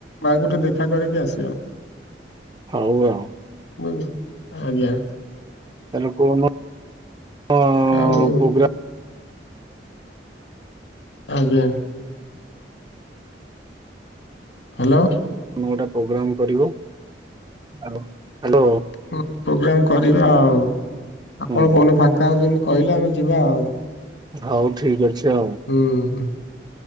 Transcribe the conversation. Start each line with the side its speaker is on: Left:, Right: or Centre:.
Left: ମାଙ୍କୁ ଟିକେ ଦେଖା କରିକି ଆସିବା।
Right: ହଉ ଆଉ।
Left: ହୁଁ ଆଜ୍ଞା।
Right: <inaudible> ଅ ପ୍ରୋଗ୍ରାମ।
Left: ଆଉ ଆଜ୍ଞା। ହ୍ୟାଲୋ।
Right: ଗୋଟା ପ୍ରୋଗ୍ରାମ କରିବ ଆଉ। ହ୍ୟାଲୋ
Left: ପ୍ରୋଗ୍ରାମ କରିବା ଆଉ। ଆପଣ
Right: ହୁଁ
Left: କୋଉ ଦିନ ଫାଙ୍କା ହଉଛନ୍ତି? କହିଲା ଆମେ ଯିବା ଆଉ।
Right: ହଉ ଠିକ ଅଛି ଆଉ।
Left: ହୁଁ।